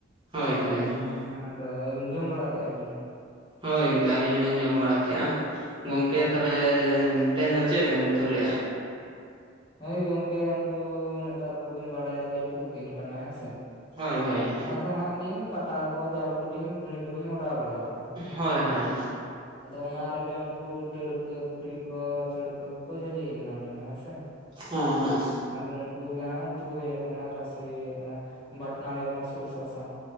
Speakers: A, on the right; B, on the left.
A: ᱦᱳᱭ, ᱦᱳᱭ, ᱦᱳᱭ
B: ᱟᱫᱚ ᱟᱹᱵᱤᱱ ᱡᱚᱢ ᱵᱟᱲᱟ ᱠᱮᱜᱼᱟ ᱵᱤᱱ?
A: ᱦᱳᱭ ᱜᱚᱝᱠᱮ ᱟᱹᱞᱤᱧ ᱦᱚᱸᱞᱤᱧ ᱡᱚᱢ ᱵᱟᱲᱟᱠᱮᱜᱼᱟ᱾ ᱜᱚᱝᱠᱮ ᱛᱟᱦᱚᱞᱮ ᱛᱮᱦᱮᱧ ᱫᱚ ᱪᱮᱫ ᱵᱮᱱ ᱩᱛᱩ ᱞᱟᱹᱜᱼᱟ?
B: ᱦᱳᱭ ᱜᱚᱝᱠᱮ ᱩᱱᱠᱩ ᱱᱮᱛᱟᱨ ᱫᱚᱵᱤᱱ ᱵᱟᱲᱟᱭ-ᱟ ᱡᱟᱹᱯᱩᱫ ᱫᱤᱱ ᱠᱟᱱᱟ ᱦᱮᱸᱥᱮ
A: ᱦᱳᱭ ᱦᱳᱭ ᱦᱳᱭ
B: ᱟᱫᱚ ᱦᱟᱸᱜ ᱞᱤᱧ ᱯᱟᱴᱟ ᱠᱚ ᱡᱟᱞ ᱠᱚᱞᱤᱧ ᱜᱷᱩᱱᱤ ᱠᱚᱞᱤᱧ ᱚᱰᱟᱣ ᱵᱟᱲᱟ ᱞᱟᱜᱼᱟ᱾
A: ᱦᱳᱭ ᱦᱳᱭ,
B: ᱟᱫᱚ ᱚᱱᱟ ᱨᱮᱜᱮ ᱩᱱᱠᱩ ᱰᱟᱹᱲᱠᱟᱹ ᱯᱩᱴᱤ ᱠᱚ ᱪᱟᱹᱲᱠᱟᱹ ᱠᱚᱼᱠᱚ ᱡᱷᱽᱟᱹᱞᱤ ᱮᱢᱟᱱ ᱞᱮᱱᱟ ᱦᱮᱸᱥᱮ᱾
A: ᱦᱮᱸ ᱦᱮᱸ,
B: ᱟᱫᱚ ᱩᱱᱠᱩ ᱜᱮ ᱦᱟᱸᱜ ᱩᱛᱩ ᱦᱳᱭ ᱟᱠᱟᱱᱟ᱾ ᱨᱟᱥᱮ ᱟᱠᱟᱱᱟ ᱵᱟᱴᱱᱟ ᱦᱩᱭ ᱟᱠᱟᱱᱟ᱾ ᱥᱚᱨᱥᱟ ᱥᱸᱟᱣ᱾